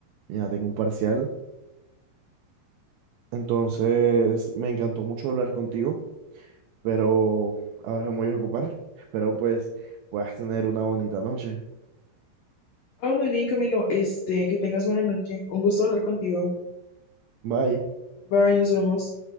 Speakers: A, on the right (about 85°); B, on the left (about 80°).
A: Ya tengo un parcial. Entonces, me encantó mucho hablar contigo, pero ahora me voy a ocupar. Espero pues puedas tener una bonita noche.
B: Ah, muy bien, Camilo. Este, que tengas buena noche. Un gusto hablar contigo.
A: Bye.
B: Bye, nos vemos.